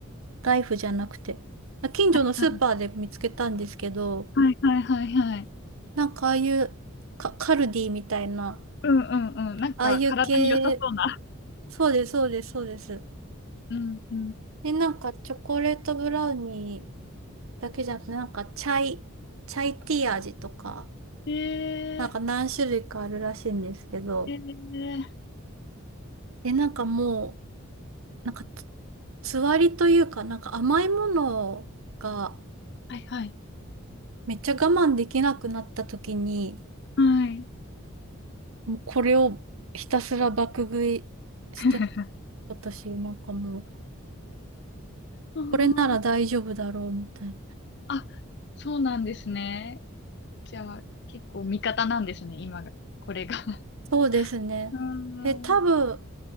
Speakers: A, on the right; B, on the left.
A: ライフじゃなくて。近所のスーパーで見つけたんですけど、
B: はい、はいはいはいはい。
A: なんかああいうカ、カルディみたいな、
B: うんうんうん。なんか体に良さそうな。
A: ああいう系、そうです、そうです、そうです。
B: うんうん。
A: で、なんかチョコレートブラウニーだけじゃなくて、なんかチャイ、チャイティー味とか、
B: えー、
A: なんか何種類かあるらしいんですけど、
B: えー、
A: で、なんかもう、なんかつ、つわりというか、なんか甘いものが
B: はいはい。
A: めっちゃ我慢できなくなった時に、
B: はい。
A: もうこれをひたすら爆食いしてます、
B: <laughs>
A: 私なんかもう、
B: うー
A: これなら大丈夫だろうみたいな。
B: んあ、そうなんですね。じゃあ、結構味方なんですね、今が、これが。<laughs>
A: そうですね。
B: うーん
A: え、多分、